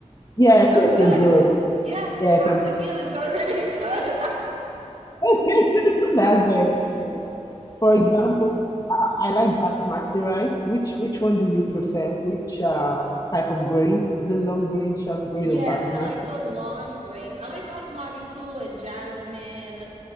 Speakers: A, on the left; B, on the right.
A: Yes,
B: I'm
A: yes,
B: good.
A: you're good.
B: Yeah.
A: Yes,
B: Half
A: I'm-
B: the meal is already <laughs> done.
A: <laughs> that's very true. For example, I, I like basmati rice. Which which one do you prefer? Which uh type of grain? Is it long grain, short grain,
B: Yes,
A: or basmati?
B: I like the long grain. I like basmati too and jasmine.